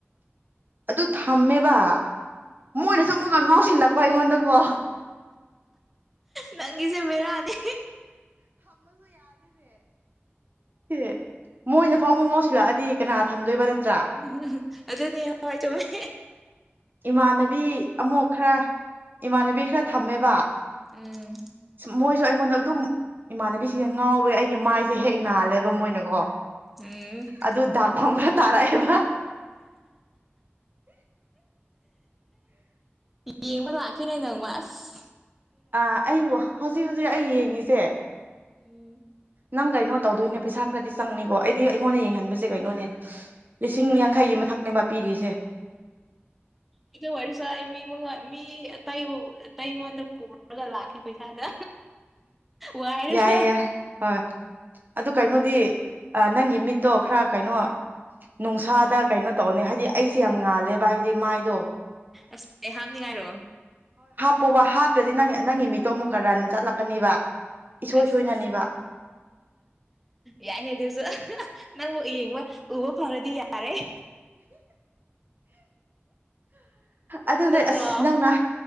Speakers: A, on the right; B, in the centre.
A: ꯑꯗꯨ ꯊꯝꯃꯦꯕ ꯃꯣꯏꯅ ꯆ ꯑꯃꯨꯛꯀ ꯉꯥꯎꯁꯤꯜꯂꯛꯄ ꯑꯩꯉꯣꯟꯗꯀꯣ
B: ꯅꯪꯒꯤꯁꯦ ꯃꯦꯔꯗ
A: ꯑꯦ ꯃꯣꯏꯅ ꯐꯥꯎ ꯑꯃꯨꯛ ꯉꯥꯎꯁꯤꯜꯂꯛꯑꯗꯤ ꯀꯅꯥ ꯊꯝꯗꯣꯏꯕ ꯅꯠꯇ꯭ꯔꯥ
B: ꯎꯝ ꯑꯗꯨ ꯅ ꯆꯣꯃꯦ
A: ꯏꯃꯥꯟꯅꯕꯤ ꯑꯃꯨꯛ ꯈꯔ ꯏꯃꯥꯟꯅꯕꯤ ꯈꯔ ꯊꯝꯃꯦꯕ
B: ꯎꯝ
A: ꯃꯣꯏꯁꯨ ꯑꯩꯉꯣꯟꯗ ꯑꯗꯨꯝ ꯏꯃꯥꯟꯅꯕꯤꯁꯤꯡꯅ ꯉꯥꯎꯋꯦ ꯑꯩꯒꯤ ꯃꯥꯏꯁꯦ ꯍꯦꯛ ꯅꯥꯜꯂꯦꯕ ꯃꯣꯏꯅꯀꯣ
B: ꯎꯝ
A: ꯑꯗꯨ ꯗꯥꯛꯐꯝ ꯈꯔ ꯇꯥꯔꯛꯑꯦꯕ
B: ꯌꯦꯡꯕ ꯂꯈꯤꯦꯅꯦ ꯅꯪ ꯃꯁ
A: ꯑꯥ ꯑꯩꯕꯨ ꯍꯧꯖꯤꯛ ꯍꯧꯖꯤꯛ ꯑꯩ ꯌꯦꯡꯉꯤꯁꯦ
B: ꯎꯝ
A: ꯅꯪ ꯀꯩꯅꯣ ꯇꯧꯗꯣꯏꯅꯦ ꯄꯩꯁꯥ ꯈꯔꯗꯤ ꯆꯪꯅꯤꯀꯣ ꯑꯩꯗꯤ ꯑꯩꯉꯣꯟꯗ ꯌꯦꯡꯍꯟꯕꯁꯦ ꯀꯩꯅꯣꯅꯦ ꯂꯤꯁꯤꯡ ꯌꯥꯡꯈꯩꯒꯤ ꯃꯊꯛꯅꯦꯕ ꯄꯤꯔꯤꯁꯦ
B: ꯑꯩꯗ ꯋꯥꯔꯤꯔꯁꯨ ꯑꯩ ꯃꯤ ꯃꯉꯣꯟ ꯃꯤ ꯑꯇꯩꯕꯨ ꯑꯩꯉꯣꯟꯗ ꯄꯨꯔꯒ ꯂꯥꯛꯀꯦ ꯄꯩꯁꯥꯗ ꯋꯥꯏꯔꯒ
A: ꯌꯥꯏ ꯌꯥ ꯍꯣꯏ ꯑꯗꯨ ꯀꯩꯅꯣꯗꯤ ꯅꯪꯒꯤ ꯃꯤꯠꯇꯣ ꯈꯔ ꯀꯩꯅꯣ ꯅꯨꯡꯁꯥꯗ ꯀꯩꯅꯣ ꯇꯧꯅꯤ ꯍꯥꯏꯗꯤ ꯑꯩꯁꯦ ꯌꯥꯝ ꯉꯥꯜꯂꯦꯕ ꯍꯥꯏꯕꯗꯤ ꯃꯥꯏꯗꯣ
B: ꯑꯁꯄ ꯍꯥꯞꯅꯤꯡꯉꯥꯏꯔꯣ
A: ꯄꯣꯕ ꯍꯥꯞꯇ꯭ꯔꯗꯤ ꯅꯪ ꯅꯪꯒꯤ ꯃꯤꯇꯣ ꯑꯃꯨꯛꯀ ꯔꯟ ꯆꯠꯂꯛꯀꯅꯤꯕ ꯏꯁꯣꯏ
B: ꯑꯁ
A: ꯁꯣꯏꯅꯅꯦꯕ
B: ꯌꯥꯏꯅꯤ ꯑꯗꯨꯁꯨ ꯅꯪꯕꯨ ꯌꯦꯡꯕ ꯎꯕ ꯐꯔꯗꯤ ꯌꯥꯔꯦ
A: ꯑꯗꯨꯅꯦ
B: ꯅꯠꯇ꯭ꯔꯣ
A: ꯑꯁ ꯅꯪꯅ